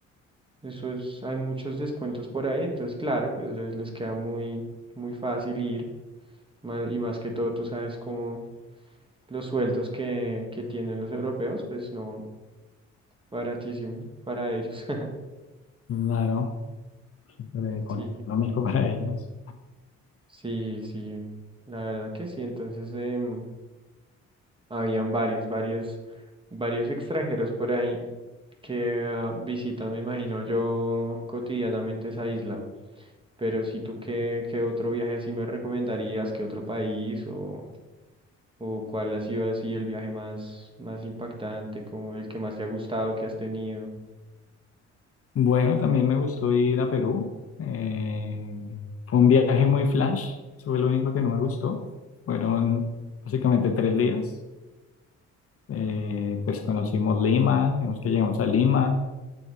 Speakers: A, on the right; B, on the left.
A: esos, hay muchos descuentos por ahí, entonces claro, pues les, les queda muy, muy fácil ir. ma- y más que todo, tú sabes cómo los sueldos que, que tienen los europeos, pues no, baratísimo para ellos. <laughs>
B: Claro, súper económico
A: Sí,
B: <laughs> para ellos.
A: sí, sí, la verdad que sí. Entonces, em, habían varios, varios, varios extranjeros por ahí que ah, visitan, me imagino yo, cotidianamente esa isla. Pero si tú qué, qué otro viaje así me recomendarías, qué otro país o, o cuál ha sido así el viaje más, más impactante, como el que más te ha gustado, que has tenido.
B: Bueno, también me gustó ir a Perú. Eh, fue un viaje muy flash. Eso fue lo único que no me gustó. Fueron básicamente tres días. Eh, pues conocimos Lima, digamos que llegamos a Lima.